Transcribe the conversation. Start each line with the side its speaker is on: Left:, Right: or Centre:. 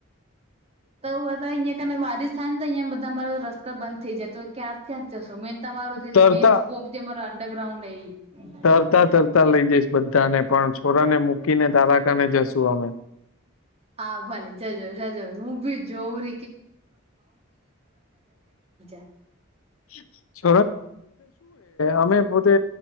Right: તો બધા <unintelligible> બારિશ થાય ને અયા બધા <unintelligible> રસ્તા બંધ થઇ જાય તો ત્યાં ત્યાંજ જશો મેન તમારો જે
Left: તરતા
Right: મેન સ્કોપ જે મારો અંડરગ્રાઉન્ડ એ
Left: તરતા તરતા લઈ જઈશ બધા ને પણ છોરાને મૂકીને તારાકાને જશું અમે.
Right: હા ભલે જજો જજો હું ભી જોવું <unintelligible>
Left: <inaudible> <unintelligible> અમે પોતે